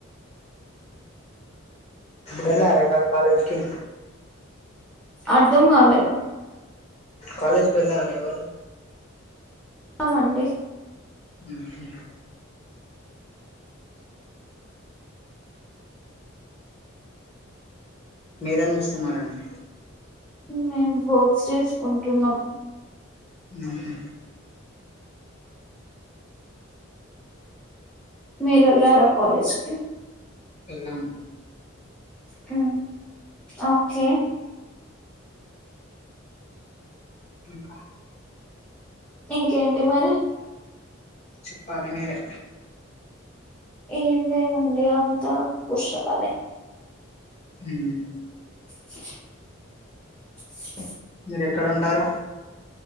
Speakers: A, on the left; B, in the centre.
A: వెళ్ళారా ఇవాళ కాలేజ్కి
B: అర్ధం కాలేదు
A: కాలేజ్ కు వెళ్ళారా ఇవాళ
B: అవునండి
A: ఉహు మీరేం ఎమ్ చేస్తున్నారండి
B: మేం వర్క్స్ చేసుకుంటున్నాం
A: ఉహు
B: మీరు వెళ్ళారా కాలేజ్ కి
A: ఎలా
B: హు ఓకే
A: ఇంకా
B: ఇంకేంటి మరి
A: చెప్పాలి మీరే
B: ఏం లేవండి అంతా కుషాలమే
A: హు
B: స సుఖ్
A: మీరు ఎక్కడ ఉంటారు